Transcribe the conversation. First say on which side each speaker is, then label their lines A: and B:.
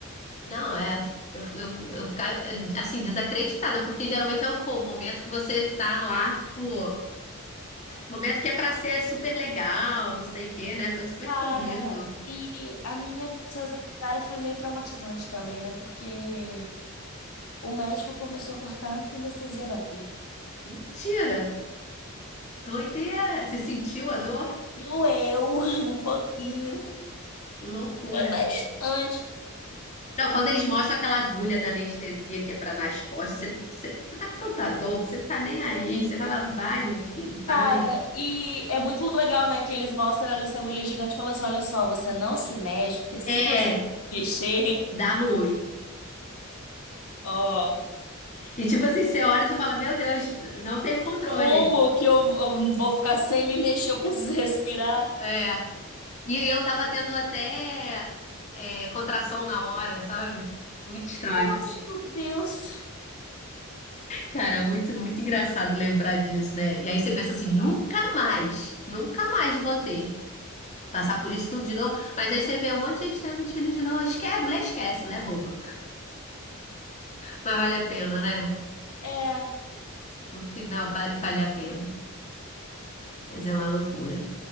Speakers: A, on the left; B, on the left.
A: Não, é. Eu, eu, eu ficar, assim, desacreditada, porque geralmente é um, pô, um momento que você tá lá, tipo, momento que é pra ser super legal, não sei o quê, né? Foi super
B: Cara,
A: corrido.
B: e a minha cesárea foi meio traumatizante também, né? Porque o médico começou a cortar antes da anestesia bater.
A: Mentira! Doideira! Você sentiu a dor?
B: Doeu <laughs> um pouquinho,
A: Loucura.
B: doeu bastante.
A: Não, quando eles mostram aquela agulha da anestesia que é pra nas costas, você, você, você tá com tanta dor, você não tá nem aí. Você vai lá vai, meu filho, vai.
B: Cara, e é muito legal, né? Que eles mostram essa agulha gigante e falam assim: olha só, você não se mexe, porque se
A: É,
B: você se mexer,
A: dá ruim.
B: ó,
A: E tipo assim, você olha e você fala, meu Deus, não tenho controle.
B: como que eu eu vou ficar sem me mexer? Eu preciso respirar.
A: É. E eu tava tendo até é, contração na hora, sabe? Muito estranho.
B: Nossa, Deus.
A: Cara, muito, muito engraçado lembrar disso, né? E aí você pensa assim, nunca mais, nunca mais vou ter. Passar por isso tudo de novo. Mas aí você vê um monte de gente tendo filho de novo. Esquece, mulher esquece, mulher é boba. Mas vale a pena, né?
B: É,
A: No final va- vale a pena. Mas é uma loucura.